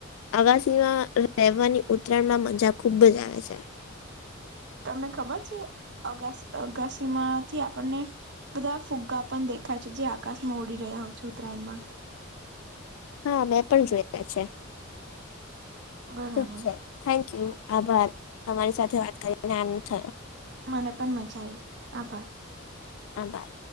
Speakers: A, on the left; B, on the right.
A: અગસી માં રહેવાની ઉત્તરાયણ માં મજા ખુબ જ આવે છે
B: તમને ખબર છે અગાસી અગાસીમાંથી આપણને બધા ફુગ્ગા પણ દેખાય છે જે આકાશમાં ઉડી રહ્યા હોય છે ઉત્તરાયણમાં
A: હા મેં પણ જોઈલા છે
B: બરાબર
A: ઠીક છે થેન્ક યુ આભાર તમારી સાથે વાત કરીને આનંદ થયો
B: મને પણ મજા આવી આભાર
A: આભાર